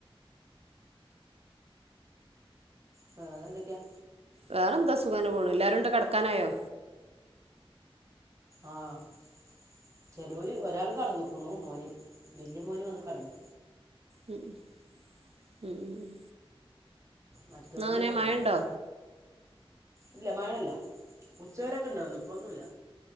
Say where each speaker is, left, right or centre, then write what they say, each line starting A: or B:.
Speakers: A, on the right; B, on the right.
A: വേറെന്തക്കെയാ
B: വേറെന്താ സുഖന്നെപോണ് എല്ലാര്ണ്ടാ കെടക്കാനായോ
A: ആഹ് ചെലോര് ഒരാള് കടന്ന്ക്കുണു മോന് വല്ല്യ മോന് വന്ന് കടന്നു
B: ഉം ഉം ഉം ഉം ഉം
A: മറ്റവരൊന്നും
B: എന്നാ അങ്ങനെ
A: കടന്നിട്ടില്ല
B: മഴ ഉണ്ടോ
A: ഇല്ല മഴയ്ല്ലാ ഉച്ചവരൊക്കെണ്ടാര്ന്നു ഇപ്പോന്നുല്ല